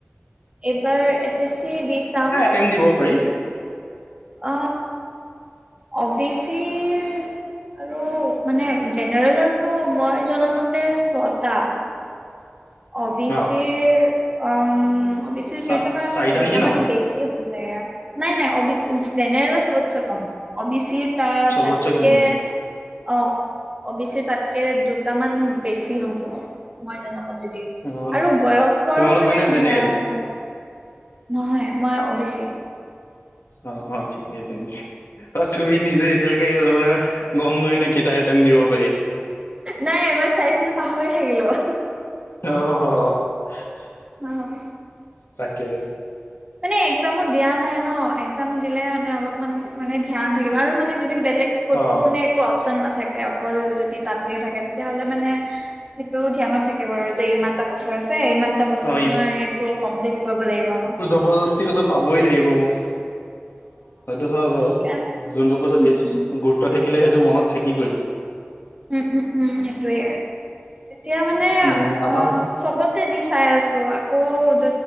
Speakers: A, on the right; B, on the left.
A: এইবাৰ এছ এছ চি দি চাম
B: টেম দিব পাৰি
A: অ অ' বি চিৰ আৰু মানে জেনেৰেলৰটো মই জনামতে ছটা অবি চিৰ
B: অ
A: অম অবি চিৰ
B: চা
A: কেইটা বা আছে
B: চাৰিটা
A: দুটামান
B: নেকি ন
A: বেছি হল নাই নাই অ জেনেৰেলো চবতচে কম অবি চি টা
B: চবতছে
A: তাকে
B: কম নেকি
A: অ অ বি চি তাতকে দুটামান বেছি হ'ব মই জনা মতে
B: অ
A: আৰু বয়সৰো
B: তোমালোক
A: মানে
B: জেনেৰেল
A: সেয়া আছে নহয়, মই অ বি চি।
B: অ', অ', ঠিকেই তেন্তে অ তুমি নিজে এতিয়ালৈকে এই ধৰে গম পোৱাই নাই কেইটা আইটেম দিব পাৰি।
A: নাই এবাৰ চাইছিলো পাহৰি থাকিলো।
B: অ', অ',
A: উম।
B: তাকে
A: মানে একজামো দিয়া নাই ন একজাম দিলে মানে অলপমান মানে ধ্যান থাকিব আৰু মানে যদি বেলেগ ক'তো
B: অ
A: মানে একো অপচন নাথাকে অকল যদি তাতে থাকে তেতিয়াহলে মানে সেইটো ধ্যানত থাকে বাৰু যে ইমানটা বছৰ আছে ইমান এটা বছৰত
B: অ
A: মই এইটোৰ কমপ্লিট কৰিব লাগিব।
B: জবৰজস্তি হ'লেও পাবই লাগিব মই সেইটো হয় বাৰু
A: উম
B: যোনটো পাছত বেছি
A: উম
B: গুৰুত্ব থাকিলে সেইটো মনত থাকিবই।
A: উম উম উম সেইটোৱে, এতিয়া মানে
B: উম আমাৰ
A: অ' চবতে দি চাই আছো আকৌ য